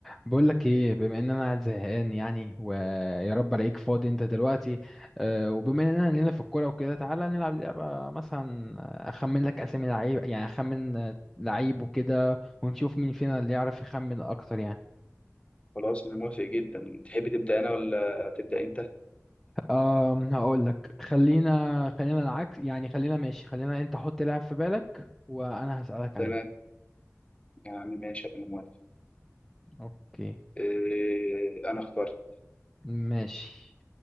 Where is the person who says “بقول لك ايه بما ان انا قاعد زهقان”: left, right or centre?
Centre